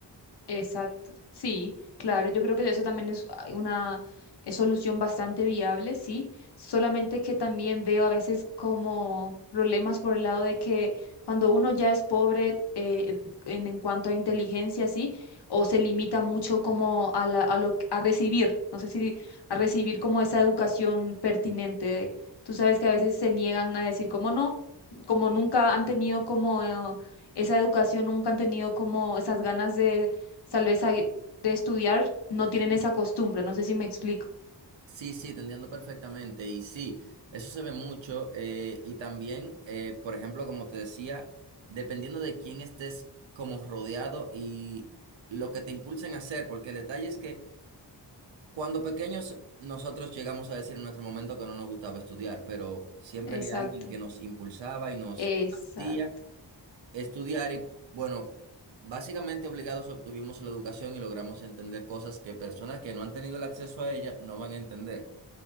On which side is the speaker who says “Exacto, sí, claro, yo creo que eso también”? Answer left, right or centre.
Left